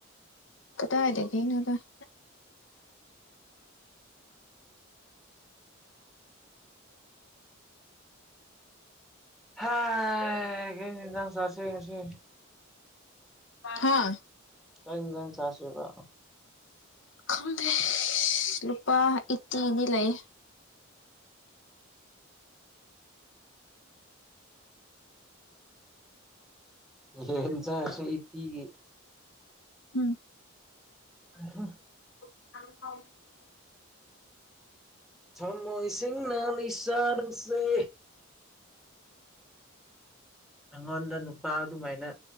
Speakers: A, on the left; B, in the centre.
A: ꯀꯗꯥꯏꯗꯒꯤꯅꯣꯗ <unintelligible>
B: ꯍꯥꯏ ꯀꯔꯤ ꯍꯦꯟꯁꯥꯡ ꯆꯥꯁꯦ ꯉꯁꯤ
A: ꯍꯥꯥ
B: ꯀꯩ ꯏꯟꯖꯥꯡ ꯆꯥꯁꯦꯕ
A: ꯈꯪꯗꯦ ꯂꯨꯄꯥ ꯏꯠꯇꯤ ꯗꯤ ꯂꯩꯑꯦ
B: ꯉꯁꯤ ꯍꯦꯟꯁꯥꯡꯁꯦ ꯏꯠꯇꯤꯒꯤ
A: ꯍꯨꯝ
B: ꯍꯨꯝ
A: <inaudible>
B: ꯊꯃꯣꯏ ꯁꯤꯡꯅ ꯂꯩꯁꯥ ꯅꯪꯁꯦ ꯑꯩꯉꯣꯟꯗ ꯅꯨꯄꯥ ꯑꯗꯨꯃꯥꯏꯅ